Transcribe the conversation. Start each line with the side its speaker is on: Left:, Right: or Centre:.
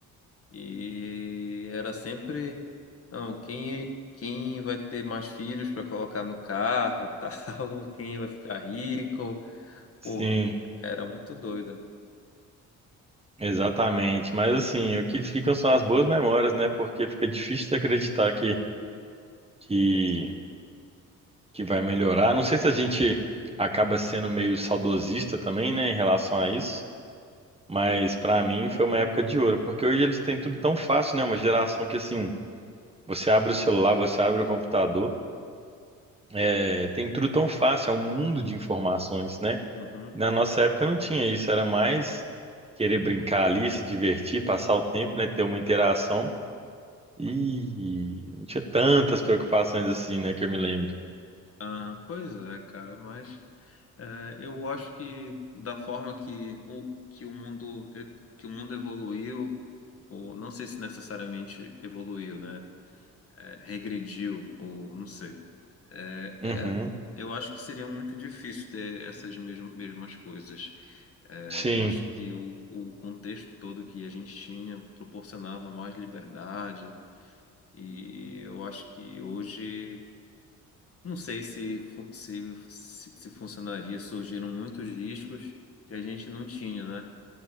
Left: e era sempre, não, quem, quem vai ter mais filhos para colocar no carro e tal, <laughs> quem vai ficar rico,
Right: Sim,
Left: pô, era muito doido.
Right: exatamente. Mas assim, o que ficam são as boas memórias, né? Porque fica difícil de acreditar que, que que vai melhorar. Não sei se a gente acaba sendo meio saudosista também, né, em relação a isso, mas pra mim foi uma época de ouro, porque hoje eles têm tudo tão fácil, né? Uma geração que assim, você abre o celular, você abre o computador, é, tem tudo tão fácil, é um mundo de informações, né?
Left: Uhum.
Right: Na nossa época não tinha isso, era mais querer brincar ali, se divertir, passar o tempo, né, ter uma interação. E não tinha tantas preocupações assim, né, que eu me lembre.
Left: Ah, pois é, cara, mas é, eu acho que da forma que o, que o mundo, eh, que o mundo evoluiu, ou não sei se necessariamente evoluiu, né? é, regrediu, ou não sei. É, era,
Right: Uhum,
Left: eu acho que seria muito difícil ter essas mesm- mesmas coisas. É,
Right: sim.
Left: eu acho que o, o contexto todo que a gente tinha proporcionava mais liberdade, e eu acho que hoje, não sei se, fu- se, se, se funcionaria, surgiram muitos riscos que a gente não tinha, né?